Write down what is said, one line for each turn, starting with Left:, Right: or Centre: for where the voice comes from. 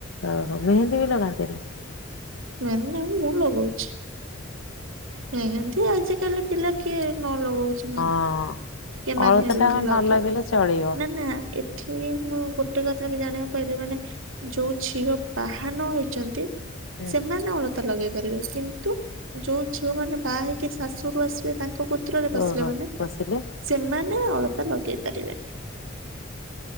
Left: ଓ ହୋ ମେହେନ୍ଦୀ ବି ଲଗାନ୍ତିନି?
Right: ନ ନାଇଁ ମୁଁ ଲଗଉଛି। ମେହେନ୍ଦି ଆଜିକାଲି ପିଲା କିଏ ନ ଲଗଉଛି।
Left: ହଁ।
Right: କେ ମାନେ
Left: ଅଳତା
Right: ହେଇଛି
Left: ଟା
Right: ଲଗେଇ
Left: ନ ଲଗେଇଲେ ଚଳିବ
Right: ନା ନା ଏ ଠିକ ମୁଁ ଗୋଟେ କଥା ବି ଜାଣିବାକୁ ପାଇଲିି ମାନେ ଯୋଉ ଝିଅ ବାହା ନହେଇଛନ୍ତି
Left: ହୁଁ।
Right: ସେମାନେ ଅଲ ଲଗେଇ ପାରିବେ କିନ୍ତୁ ଯୋଉ ଝିଅ ମାନେ ବାହା ହେଇକି ଶାଶୁରୁ ଆସିବେ ତାଙ୍କୁ ପତ୍ରରେ ବସିଲା
Left: ଓହୋ
Right: ମାନେ
Left: ବସିଲେ
Right: ସେମାନେ ଅଳତା ଲଗେଇ ପାରିବେନି।